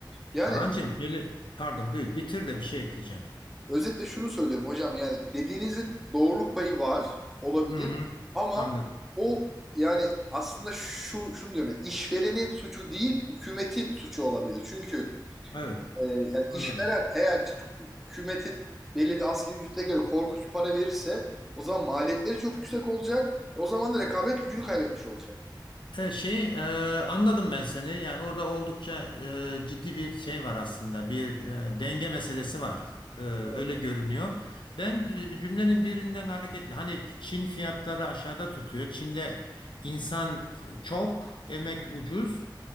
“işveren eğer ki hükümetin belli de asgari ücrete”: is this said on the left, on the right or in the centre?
Centre